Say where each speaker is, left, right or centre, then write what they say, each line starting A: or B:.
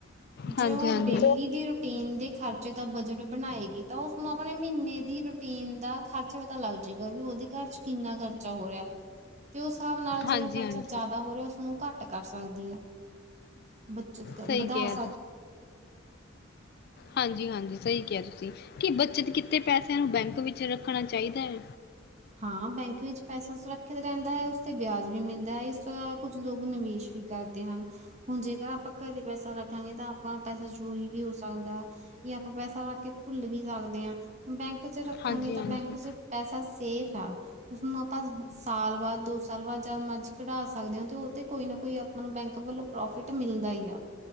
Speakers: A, on the left; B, on the right.
A: ਹਾਂਜੀ
B: ਜੇ ਉਹ,
A: ਹਾਂਜੀ
B: ਡੇਲੀ ਦੀ ਰ ਰੂਟੀਨ ਦੇ ਖਰਚੇ ਦਾ ਬਜਟ ਬਣਾਏਗੀ ਤਾਂ, ਉਸਨੂੰ ਆਪਣੇ ਮਹੀਨੇ ਦੀ ਰੂਟੀਨ ਦਾ ਖਰਚ ਪਤਾ ਲੱਗ ਜਾਏਗਾ ਵੀ ਉਹਦੇ ਘਰ' ਚ ਕਿੰਨਾ ਖਰਚਾ ਹੋ ਰਿਹਾ। ਤੇ, ਉਸ ਹਿਸਾਬ ਨਾਲ
A: ਹਾਂਜੀ
B: ਜੇ, ਉਹ ਖਰਚਾ
A: ਹਾਂਜੀ
B: ਜ਼ਿਆਦਾ ਹੋ ਰਿਹਾ ਉਸਨੂੰ ਘੱਟ ਕਰ ਸਕਦੀ ਹੈ। ਬੱਚਤ ਕ
A: ਸਹੀ
B: ਬਧਾ
A: ਕਿਹਾ ਹਾਂਜੀ-ਹਾਂਜੀ, ਸਹੀ ਕਿਹਾ ਤੁਸੀਂ ਕਿ ਬੱਚਤ ਕਿੱਤੇ ਪੈਸਿਆਂ ਨੂੰ, ਬੈਂਕ ਵਿੱਚ ਰੱਖਣਾ ਚਾਹੀਦਾ ਹੈ?
B: ਹਾਂ, ਬੈਂਕ ਵਿੱਚ ਪੈਸਾ ਸੁਰੱਖਿਅਤ ਰਹਿੰਦਾ ਹੈ, ਉਸਤੇ ਵਿਆਜ ਵੀ ਮਿਲਦਾ ਹੈ ਇਸ ਤੋਂ ਇਲਾਵਾ ਕੁੱਝ ਲੋਕ ਨਿਵੇਸ਼ ਵੀ ਕਰਦੇ ਹਨ ਹੁਣ, ਜੇਕਰ ਆਪਾਂ ਘਰੇ ਪੈਸਾ ਰੱਖਾਂਗੇ ਤਾਂ, ਆਪਾਂ ਪੈਸਾ ਚੋਰੀ ਵੀ ਹੋ ਸਕਦਾ। ਯਾ ਆਪਾਂ ਪੈਸਾ ਰੱਖਕੇ ਭੁੱਲ ਵੀ ਸਕਦੇ ਹਾਂ, ਹੁਣ ਬੈਂਕ ਕ'ਚ ਰੱਖਾਂਗੇ
A: ਹਾਂਜੀ
B: ਤਾਂ,
A: ਹਾਂਜੀ
B: ਬੈਂਕ 'ਚ ਪੈਸਾ ਸੇਫ ਆ। ਉਸਨੂੰ ਆਪਾਂ ਸਾਲ ਬਾਅਦ, ਦੋ ਸਾਲ ਬਾਅਦ ਜਦ ਮਰਜੀ ਕਢਾ ਸਕਦੇ ਹੋ, ਤੇ ਉਹ ਤੇ ਕੋਈ ਨਾ, ਕੋਈ ਆਪਣਾ ਬੈਂਕ ਵੱਲੋਂ ਪ੍ਰੋਫਿਟ ਮਿਲਦਾ ਹੀ ਆ।